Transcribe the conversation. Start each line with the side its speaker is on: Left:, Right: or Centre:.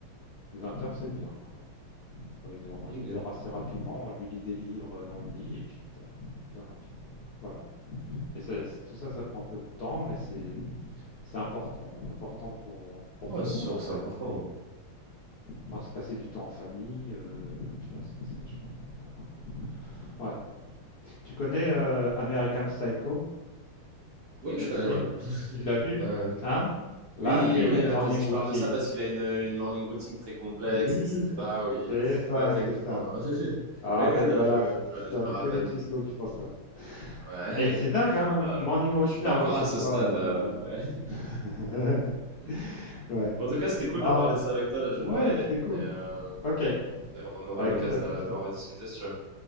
Left: mais 20 heures c'est bien, quoi. Bon, Il dort,
Right: Ok.
Left: il dort assez rapidement, on lui lit des livres dans le lit, et puis il dort, il dort rapidement. Voilà. Mais ça- c'est- tout ça, ça prend un peu de temps, mais c'est c'est important, important pour, pour
Right: Ouais,
Left: tout
Right: c'est
Left: le monde
Right: sûr
Left: en
Right: que
Left: fait.
Right: c'est important.
Left: hein. Enfin, se passer du temps en famille, euh, tu vois, c'est c'est vachement important, quoi.
Right: Ouais,
Left: Ouais. Tu connais euh, American Psycho?
Right: Ouais, je
Left: Le
Right: connais,
Left: film,
Right: ouais.
Left: tu l'as vu?
Right: Ouais.
Left: Hein? Là,
Right: Oui,
Left: lui,
Right: oui,
Left: il a une
Right: bah,
Left: morning
Right: parce que
Left: routine.
Right: tu parles de ça parce qu'il a une, une morning routine très complexe,
Left: Oui,
Right: etc.
Left: c'est
Right: Oui,
Left: c'est ça,
Right: ouais, effectivement.
Left: c'est ça.
Right: <laughs>
Left: Ah,
Right: Oui,
Left: en
Right: oui,
Left: fait,
Right: non,
Left: voilà,
Right: je,
Left: c'est
Right: je
Left: tout ça,
Right: me, je me rappelle
Left: que les psychos
Right: de ça.
Left: qui font ça.
Right: Ouais.
Left: Et c'est
Right: <laughs>
Left: dingue, hein,
Right: Alors,
Left: morning routine
Right: je suis pas
Left: avant
Right: encore
Left: que ce
Right: à ce
Left: soit
Right: stade. euh,
Left: euh, à la mode.
Right: ouais.
Left: <laughs>
Right: Mm.
Left: Ouais.
Right: Bon, en tout cas, c'était cool
Left: Non,
Right: de parler de ça avec toi. Là, je
Left: ouais,
Right: vais devoir y aller,
Left: c'était cool.
Right: mais, euh,
Left: Ok,
Right: mais on aura
Left: bah
Right: l'occasion
Left: écoute, à plus
Right: de-
Left: alors.
Right: d'en rediscuter, si tu veux.